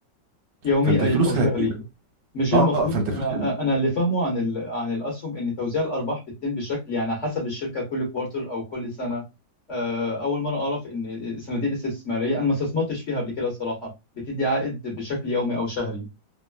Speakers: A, on the left; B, on the right.
A: يومي
B: فانت الفلوس
A: أي- أو شهري
B: اللي هتجيلك
A: مش المفروض
B: اه آه، فانت
A: أنا
B: الفلوس اللي
A: أنا اللي فاهمه عن ال- عن الأسهم إن توزيع الأرباح بتتم بشكل يعني حسب الشركة كل كوارتر أو كل سنة آه، أول مرة أعرف إن الصناديق الاستثمارية أنا ما استثمرتش فيها قبل كده الصراحة بتدي عائد بشكل يومي أو شهري